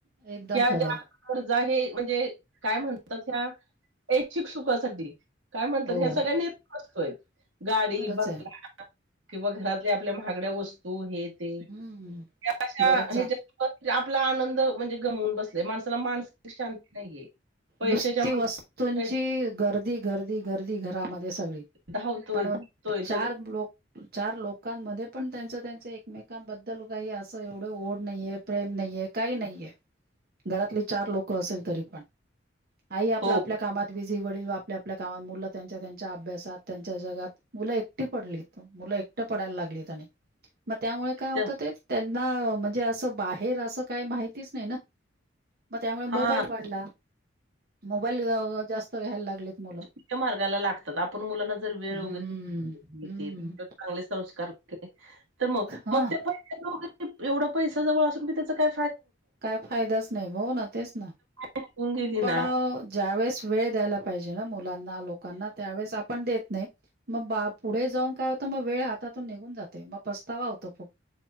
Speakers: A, on the right; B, on the right.
A: एकदम
B: <inaudible> ह्या
A: खरं
B: ज्या
A: आहे
B: आपुन हे म्हणजे काय म्हणतात हे इच्छुक सुखा साठी काय म्हणतात
A: हो
B: ह्या सगळ्याना नियम नसतोय गाडी
A: खरंच
B: बंगला
A: आहे.
B: किंवा घरातल्या आपल्या महागड्या वस्तू हे ते.
A: हम्म
B: ह्या आशा
A: गरजा
B: हेज्यात आपला आनंद म्हणजे गमून बसतात माणसाला मानसिक शांती नाहीये पैशाच्या
A: नुसती
B: माग
A: वस्तूंची गर्दी गर्दी गर्दी घरामध्ये सगळी
B: धावतोय,
A: परवा
B: धावतोय, धावतोय त्याच
A: चार लोकं चार लोकांमध्ये पण त्यांच त्यांच एकमेकांबद्दल काही अस अस एवढं ओढ नाहीये प्रेम नाहीये काही नाहीये घरातली चार लोक असेल तरी पण आई आपल्या
B: हो
A: आपल्या
B: हो.
A: कामात बीझी वडील पण आपल्या आपल्या कामात मुल त्यांच्या त्यांच्या अभ्यास त्यांच्या जगात मुल एकटी पडलीत मूल एकट पडायला लागलीत आणि म त्यामुळे काय होतं
B: त्या
A: ते त्यांना म्हणजे असं बाहेर असं काही माहितीच नाही ना म त्यामुळे
B: हां
A: मोबाईल वाढला मोबाईल जास्त घ्यायला लागलेत मुलं
B: नको त्या मार्गाला लागतात आपण मुलांना जर वेळ
A: हम्म
B: वगैरे नसलो
A: हम्म
B: देत तर चांगले संस्कार तर मग.
A: हा
B: मग ते पैसे जाऊदेत की एवढं पैसा जवळ असून बी त्याचा काय
A: काय फायदाच नाही भाऊ ना तेच ना
B: निघून गेली
A: पण
B: ना,
A: ज्यावेळेस वेळ द्यायला पाहिजे ना मुलांना लोकांना त्यावेळेस आपण देत नाही मग बा पुढे जाऊ काय होतं मग वेळ हातातून निघून जाते मग पस्तावा होतो फग